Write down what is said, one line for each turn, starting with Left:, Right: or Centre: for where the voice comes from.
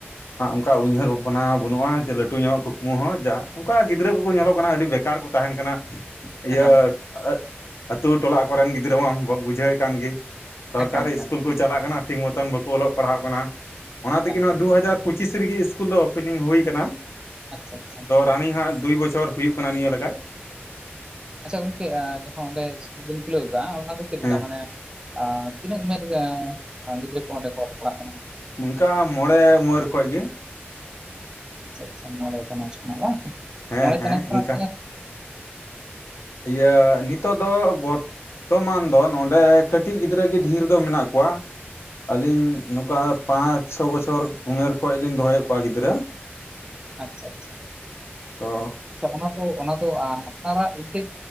Left: ᱚᱱᱠᱟ ᱩᱭᱦᱟᱹᱨ ᱵᱷᱟᱵᱽᱱᱟ ᱵᱟᱹᱱᱩᱜᱼᱟ ᱡᱮ ᱞᱟᱹᱴᱩ ᱧᱚᱜ ᱠᱩᱠᱢᱩ ᱦᱚᱸ ᱡᱟ ᱚᱱᱠᱟ ᱜᱤᱫᱽᱨᱟᱹ ᱠᱚᱠᱚ ᱧᱮᱞᱚᱜ ᱠᱟᱱᱟ ᱟᱹᱰᱤ ᱵᱮᱠᱟᱨ ᱠᱚ ᱛᱟᱦᱮᱱ ᱠᱟᱱᱟ ᱤᱭᱟᱹ
Right: ᱮᱠᱟᱞ ᱮᱠᱟᱞ
Left: ᱟᱹᱛᱩᱳ ᱴᱚᱞᱟ ᱠᱚᱨᱮᱱ ᱜᱤᱫᱽᱨᱟᱹ ᱢᱟᱢ ᱵᱩᱡᱷᱟᱹᱣᱮᱫ ᱠᱟᱱ ᱜᱮ ᱥᱚᱨᱠᱟᱨᱤ
Right: ᱮᱠᱟᱞ ᱮᱠᱟᱞ
Left: ᱤᱥᱠᱩᱞ ᱠᱚ ᱪᱟᱞᱟᱜ ᱠᱟᱱᱟ ᱴᱷᱤᱠ ᱢᱚᱛᱚᱱ ᱵᱟᱠᱚ ᱚᱞᱚᱜ ᱯᱟᱲᱦᱟᱜ ᱠᱟᱱᱟ ᱚᱱᱟ ᱛᱮᱜᱮ
Right: ᱮᱠᱟᱞ
Left: ᱱᱚᱣᱟ ᱫᱩ ᱦᱟᱡᱟᱨ ᱯᱚᱸᱪᱤᱥ ᱨᱮᱜᱮ ᱤᱥᱠᱩᱞ ᱫᱚ ᱳᱯᱮᱱᱤᱝ ᱦᱩᱭ ᱟᱠᱟᱱᱟ
Right: ᱟᱪᱪᱷᱟ ᱟᱪᱪᱷᱟ
Left: ᱛᱚ ᱨᱟᱱᱤᱝ ᱦᱟᱸᱜ ᱫᱩᱭ ᱵᱚᱪᱷᱚᱨ ᱦᱩᱭᱩᱜ ᱠᱟᱱᱟ ᱠᱟᱱᱟ ᱱᱤᱭᱟᱹ ᱞᱟᱜᱟᱡ
Right: ᱟᱪᱪᱷᱟ ᱜᱚᱝᱠᱮ ᱡᱟᱦᱟᱸ ᱚᱸᱰᱮ ᱤᱥᱠᱩᱞ ᱵᱮᱱ ᱠᱷᱩᱞᱟᱹᱣ ᱟᱠᱟᱫ ᱚᱱᱟ ᱫᱚ ᱪᱮᱫ ᱞᱮᱠᱟ
Left: ᱦᱮᱸ
Right: ᱢᱟᱱᱮ ᱛᱤᱱᱟᱹᱜ ᱩᱢᱮᱨ ᱜᱤᱫᱽᱨᱟᱹ ᱠᱚ ᱚᱸᱰᱮ ᱠᱚ ᱚᱞᱚᱜ ᱯᱟᱲᱦᱟᱜ ᱠᱟᱱᱟ
Left: ᱱᱚᱝᱠᱟ ᱢᱚᱬᱮ ᱩᱢᱮᱨ ᱠᱷᱚᱱ ᱜᱮ
Right: ᱟᱪᱪᱷᱟ ᱟᱪᱪᱷᱟ ᱢᱚᱬᱮ ᱪᱟᱱᱟᱪ ᱠᱷᱚᱱᱟᱜ ᱵᱟᱝ
Left: ᱦᱮᱸ
Right: ᱢᱚᱬᱮ
Left: ᱦᱮᱸ
Right: ᱪᱟᱱᱟᱪ ᱠᱷᱚᱱᱟᱜ
Left: ᱤᱱᱠᱟ ᱤᱭᱟᱹ ᱱᱤᱛᱚᱜ ᱫᱚ ᱵᱚᱨᱛᱚᱢᱟᱱ ᱫᱚ ᱱᱚᱰᱮ ᱠᱟᱹᱴᱤᱡ ᱜᱤᱫᱽᱨᱟᱹ ᱜᱤ ᱰᱷᱤᱨ ᱫᱚ ᱢᱮᱱᱟᱜ ᱠᱚᱣᱟ ᱟᱹᱞᱤᱧ ᱱᱚᱠᱟ ᱯᱟᱸᱪ ᱪᱷᱚ ᱵᱚᱪᱷᱚᱨ ᱩᱢᱮᱨ ᱠᱷᱚᱡ ᱞᱤᱧ ᱫᱚᱦᱚᱭᱮᱫ ᱠᱚᱣᱟ ᱜᱤᱫᱽᱨᱟᱹ
Right: <inaudible> ᱟᱪᱪᱷᱟ ᱟᱪᱪᱷᱟ
Left: ᱛᱚ
Right: ᱟᱪᱪᱷᱟ ᱚᱱᱟ ᱫᱚ ᱚᱱᱟ ᱫᱚ ᱟᱯᱱᱟᱨᱟᱜ ᱩᱫᱽᱫᱮᱜ